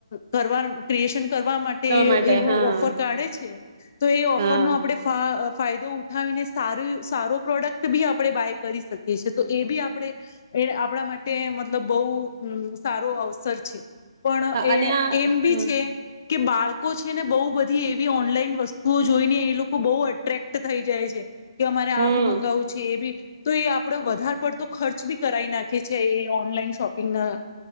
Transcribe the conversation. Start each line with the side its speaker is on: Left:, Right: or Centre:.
Left: કરવા ક્રિએશન કરવા માટે
Right: ટમાટે
Left: એવું
Right: હા
Left: ઓફર કાઢે છે તો એ ઓફર
Right: હા
Left: નો આપડે ફાઅ ફાયદો ઉઠાવીને સાર સારો પ્રોડક્ટ બી આપે બાાયક કરી શકે તો એ બી આપણે એ આપણા માટે તે મતલબ બહુ સારો અવસર છે પણ
Right: હા
Left: એ
Right: અને આ
Left: એમ બી
Right: હમ
Left: છે કે બાળકો લોકો છે ને બહુ બધી એવી ઓનલાઈન વસ્તુઓ જોઈને એ લોકો બહુ અટ્રેક્ટ થઈ જાય છે કે અમારે
Right: હમ
Left: આ બી મંગાવું છે એ બી આપડો વધારે પડતો ખર્ચ બી કરાવ નાખી છે એ ઓનલાઈન શોપિંગ ના